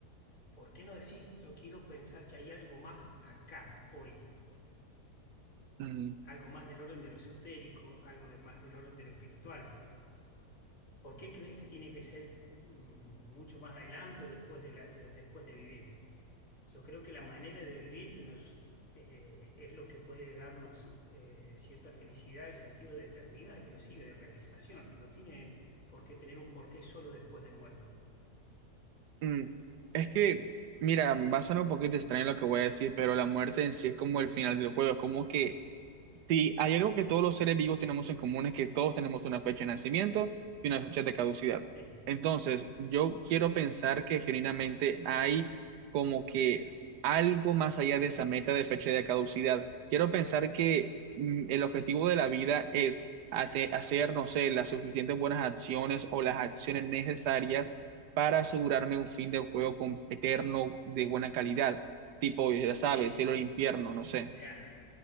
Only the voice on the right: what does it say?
Mm,
mm. Es que, mira, va a sonar un poquito extraño lo que voy a decir, pero la muerte en sí es como el final del juego, es como que Sí, hay algo que todos los seres vivos tenemos en común, es que todos tenemos una fecha de nacimiento y una fecha de caducidad.
Entonces, yo quiero pensar que genuinamente hay como que algo más allá de esa meta de fecha de caducidad. Quiero pensar que mm, el objetivo de la vida es ate- hacer, no sé, las suficientes buenas acciones o las acciones necesarias para asegurarme un fin de juego con- eterno de buena calidad. Tipo, ya sabes,
cielo e infierno, no sé.